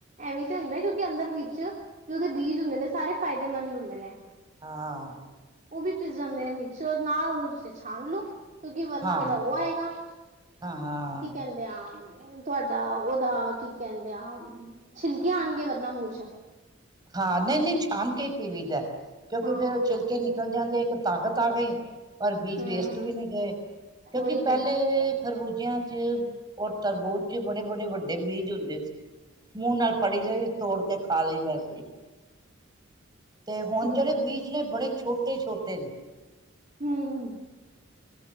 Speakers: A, on the right (about 40°); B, on the right (about 20°).
A: ਐਵੇਂ ਈ ਤੇ ਹੁੰਦਾ ਕਿਉਂਕਿ ਅੰਦਰ ਵਿੱਚ ਵੀ ਔਦੇ ਬੀਜ ਹੁੰਦੇ ਨੇ, ਸਾਰੇ ਫਾਇਦੇਮੰਦ ਹੁੰਦੇ ਨੇ।
B: ਹਾਂ।
A: ਉਹ ਵੀ ਪਿਸ ਜਾਂਦੇ ਨੇ ਵਿੱਚ ਨਾਲ ਉਹਨੂੰ ਤੁਸੀਂ ਛਾਨ ਲੋ। ਕਿਉਂਕਿ ਵਰਨਾ
B: ਹਾਂ
A: ਉਹਦਾ ਉਹ ਆਏਗਾ ਕੀ
B: ਹਾਂ ਹਾਂ
A: ਕਹਿੰਦੇ ਆ? ਤੁਹਾਡਾ ਉਹਦਾ ਕੀ ਕਹਿੰਦੇ ਆ ਛਿਲਕੇ ਆਨੰਗੇ ਵਰਨਾ ਮੂੰਹ ਚ।
B: ਹਾਂ ਨਹੀਂ-ਨਹੀਂ ਛਾਨ ਕੇ ਪੀਵੀ ਦਾ ਐ ਕਿਉਂਕਿ
A: ਹਾਂ
B: ਫੇਰ ਉਹ ਛਿਲਕੇ ਨ ਨਿਕਲ ਜਾਂਦੇ ਇੱਕ ਤਾਕਤ ਆ ਗਈ, ਪਰ ਬੀਜ
A: ਹੂੰ
B: ਵੇਸਟ ਵੀ ਨੀ ਗਏ ਕਿਉਂਕਿ
A: ਉਹੀ ਤੇ
B: ਪਹਿਲੇ ਤਰਬੂਜੀਆਂ ਚ ਔਰ ਤਰਬੂਜ ਚ ਬੜੇ-ਬੜੇ ਵੱਡੇ ਬੀਜ ਹੁੰਦੇ ਸੀ। ਮੂੰਹ ਨਾਲ ਫੜੀ ਜਾਵੇ ਤੋੜ ਕੇ ਖਾ ਲਈ ਬਸ। ਤੇ ਹੁਨ
A: ਹੂੰ
B: ਜਿਹੜੇ ਬੀਜ ਨੇ, ਬੜੇ ਛੋਟੇ-ਛੋਟੇ ਨੇ।
A: ਹੂੰ-ਹੂੰ।